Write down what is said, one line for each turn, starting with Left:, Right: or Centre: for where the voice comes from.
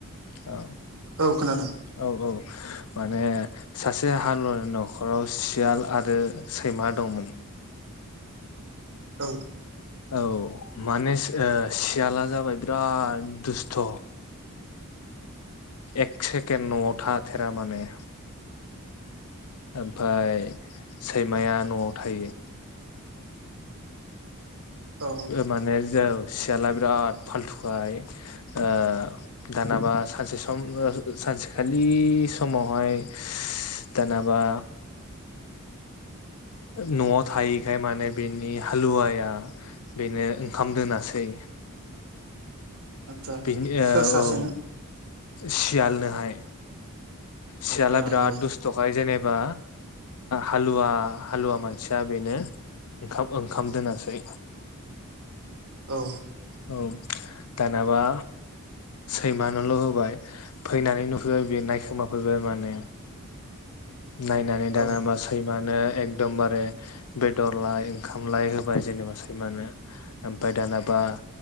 Left: औ
Right: औ खोनादों
Left: औ औ माने सासे हालुवनि न'खराव सियाल आरो सैमा दंमोन
Right: औ
Left: औ माने ओ सियाला जाबाय बिराद दुस्थ' एक सेकेण्ड नआव थाथेरा माने ओमफाय सैमाया न'आव थायो
Right: औ
Left: माने औ सियाला बिराद फालथुखाय ओ दानाबा सानसे सम सानसेखालि समावहाय दानाबा
Right: <inaudible>
Left: न'आव थायैखाय माने बेनि हालुवाया बेनो ओंखाम दोनासै
Right: आचसा
Left: बेनि ओ
Right: सोर सासेनो
Left: औ सियालनोहाय
Right: आदसा
Left: सयाला बिराद
Right: औ
Left: दुस्थखायजेन एबा हालुवा हालुवा मानसिया बेनो ओंखाम ओंखाम दोनासै
Right: औ।
Left: औ दानाबा सैमानोल' होबाय फैनानै नुफैबाय बियो नायखोमाफैबाय माने नायनानै दानाबा
Right: औ
Left: सैमानो एक दमबारे बेदरलाय ओंखामलाय होबाय जेनेबा सैमानो ओमफ्राय दाना बा